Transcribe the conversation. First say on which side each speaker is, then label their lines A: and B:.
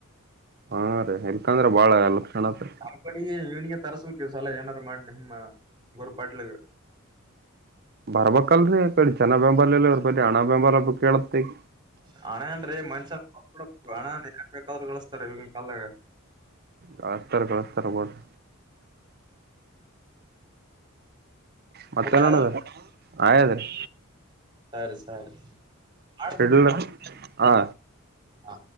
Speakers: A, on the right; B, on the right.
A: ಹಾ ರೀ ಎಲ್ಕಂದ್ರ ಬಾಳ ಎಲ್ಲ ಕ್ಷಣತ್ರಿ
B: ಆ ಕಡೆಗೆ ಇವನಿಗೆ ಸಲ ಏನಾರು ಮಾಡಿ ನಿಮ್ಮ ಗುರು ಪಾಟ್ಲಿಗೆ
A: ಬರ್ಬೇಕಲ್ರರಿ ಚೆನ್ನ ಬೆಂಬಾಲ ಎ ಇರ್ಬೇತಿ ಹಣ್ಣ ಬೆಂಬಲ ಕೇಳತ್ತ ಈಗ
B: ಹಣ ಅನ್ ಮನ್ಷ ಹಣ ಕ ಕಳಿಸ್ತಾರೆ ಇವ ಕಾಲಾಗ
A: ಕಳಸ್ತಾರ ಕಳಸ್ತಾರಬೋದು ಮತ್ತೆ
B: ಊಟ
A: ನೋಡದ
B: ಅದಲ್ರಿ
A: ಆದ್ರಿ
B: ಸರಿ ಸರಿ ಮಾಡ
A: ಇಡ್ಲರಿ ಹಾ
B: ಹಾ